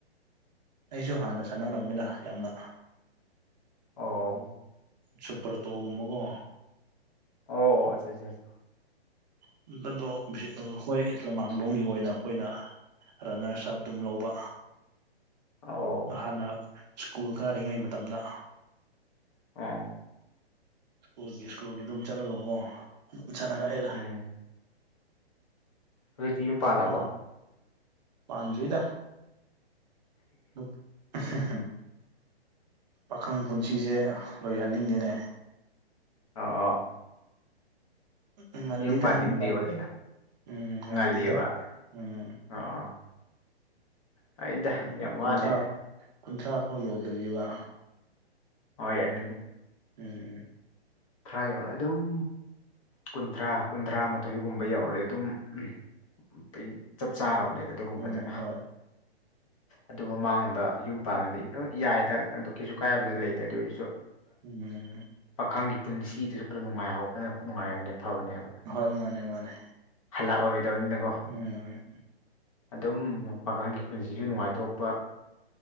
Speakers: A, on the right; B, on the left.
A: ꯑꯩꯁꯨ ꯍꯥꯟꯅ ꯁꯥꯟꯅꯔꯃꯤꯗ ꯌꯥꯝꯅ꯫
B: ꯑꯣ꯫
A: ꯁꯨꯄ꯭ꯔꯇꯣꯒꯨꯝꯕꯀꯣ꯫
B: ꯑꯣ ꯑꯆꯥ ꯆꯥ ꯆ꯫
A: <unintelligible> ꯑꯈꯣꯏ ꯂꯃꯥꯡꯗꯣꯡꯝꯒꯤ ꯑꯣꯏꯅ ꯑꯩꯈꯣꯏꯅ ꯔꯟꯅꯔꯁ ꯑꯕ ꯑꯗꯨꯝ ꯂꯧꯕ꯫
B: ꯑꯣ
A: ꯅꯍꯥꯟꯅ ꯁ꯭ꯀꯨꯜ ꯀꯥꯔꯤꯉꯩ ꯃꯇꯝꯗ꯫
B: ꯑꯣ꯫
A: ꯁ꯭ꯀꯨꯜꯒꯤ ꯁ꯭ꯀꯨꯜꯒꯤ ꯑꯗꯨꯝ ꯆꯠꯂꯒꯀꯣ ꯑꯗꯨꯝ ꯁꯥꯟꯅꯔꯛꯑꯦꯗ꯫
B: ꯎꯝ ꯍꯧꯖꯤꯛꯇꯤ ꯌꯨꯝ ꯄꯥꯜꯂꯕꯣ꯫
A: ꯑꯗꯨ ꯄꯥꯟꯗ꯭ꯔꯤꯗ ꯅꯨꯞ <unintelligible> ꯄꯥꯈꯪ ꯄꯨꯟꯁꯤꯁꯦ ꯂꯣꯏꯍꯟꯅꯤꯡꯗꯦꯅꯦ꯫
B: ꯑꯥꯎ ꯑꯥꯎ꯫
A: ꯉꯜꯂꯤꯗ
B: ꯌꯨꯝ ꯄꯥꯟꯅꯤꯡꯗꯦꯕ
A: ꯄꯥꯟ
B: ꯀꯦꯟꯅ
A: ꯎꯝ ꯉꯜꯂꯤꯗ
B: ꯉꯜꯂꯤꯕ꯫
A: ꯎꯝ
B: ꯑꯥ ꯍꫭꯏꯗ
A: ꯀꯨꯟ
B: ꯌꯥꯝ
A: ꯀꯨꯟꯊ꯭ꯔꯥ
B: ꯋꯥꯠꯂꯤꯗ꯫
A: ꯀꯨꯟꯊ꯭ꯔꯥ ꯐꯥꯎ ꯌꯧꯗ꯭ꯔꯤꯕ꯫
B: ꯍꯣꯏ ꯑꯗꯨꯅꯦ꯫
A: ꯎꯝ꯫
B: ꯈꯥꯏꯌꯦꯕ ꯑꯗꯨꯝ ꯀꯨꯟꯊ꯭ꯔꯥ ꯀꯨꯟꯊ꯭ꯔꯥ ꯃꯥꯊꯣꯏꯒꯨꯝꯕ ꯌꯧꯔꯦ ꯑꯗꯨꯝ ꯎꯝ ꯄꯤ ꯆꯞ ꯆꯥꯔꯕꯅꯦ꯫ ꯑꯗꯨꯒꯨꯝꯕꯗ꯫
A: ꯎꯝ ꯍꯣꯏ
B: ꯑꯗꯨ ꯃꯃꯥꯡꯗ ꯌꯨꯝ ꯄꯥꯟꯕꯗꯤ ꯌꯥꯏꯗ ꯑꯗꯣ ꯀꯩꯁꯨ ꯀꯥꯏꯕꯗꯤ ꯂꯩꯇꯦ ꯑꯗꯨ ꯑꫭꯏꯔꯁꯨ꯫
A: <unintelligible>
B: ꯄꯥꯈꯪꯒꯤ ꯄꯨꯟꯁꯤꯗꯨꯁꯨ ꯈꯔ ꯅꯨꯡꯉꯥꯏꯍꯧꯕꯅ ꯅꯨꯡꯉꯥꯏꯕꯅꯦ ꯐꯕꯅꯦꯕ꯫
A: ꯍꯣꯏ ꯃꯥꯅꯦ-ꯃꯥꯅꯦ꯫
B: ꯍꯜꯂꯛꯂꯔꯣꯏꯗꯕꯅꯤꯅꯀꯣ꯫
A: ꯎꯝ꯫
B: ꯑꯗꯨꯝ ꯄꯥꯈꯪꯒꯤ ꯄꯨꯟꯁꯤꯁꯨ ꯅꯨꯡꯉꯥꯏꯊꯣꯛꯄ꯫